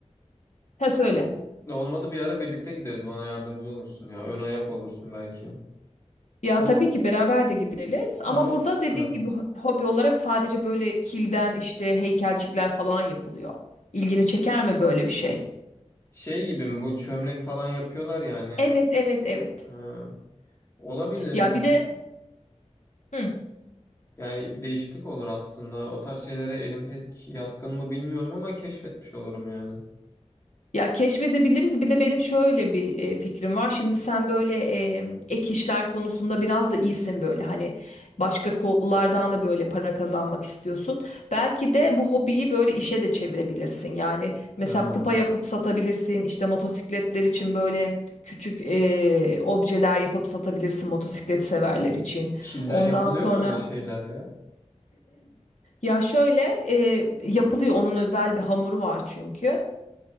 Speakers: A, on the left; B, on the left.
A: Ha söyle.
B: Ne Olmadı bir ara birlikte gideriz. Bana yardımcı olursun ya. Ön ayak olursun belki.
A: Ya
B: Ama
A: tabii ki beraber de gideriz ama
B: tam
A: burada dediğim
B: ha.
A: gibi ho- hobi olarak sadece böyle kilden işte heykelcikler falan yapılıyor. İlgini çeker mi böyle bir şey?
B: Şey gibi mi bu çömlek falan yapıyorlar yani.
A: Evet, evet, evet.
B: Ha. Olabilir.
A: Ya
B: Güzel.
A: bir de hı.
B: Yani değişiklik olur aslında. O tarz şeylere elim pek yatkın mı bilmiyorum ama keşfetmiş olurum yani.
A: Ya keşfedebiliriz. Bir de benim şöyle bir e, fikrim var. Şimdi sen böyle e, ek işler konusunda biraz da iyisin böyle hani başka kollardan da böyle para kazanmak istiyorsun. Belki de bu hobiyi böyle işe de çevirebilirsin. Yani mesela
B: Ha.
A: kupa yapıp satabilirsin. İşte motosikletler için böyle küçük e, objeler yapıp satabilirsin motosiklet severler için.
B: Kilden
A: Ondan
B: yapılıyor
A: sonra
B: mu öyle şeyler ya?
A: ya şöyle e, yapılıyor. Onun özel bir hamuru var çünkü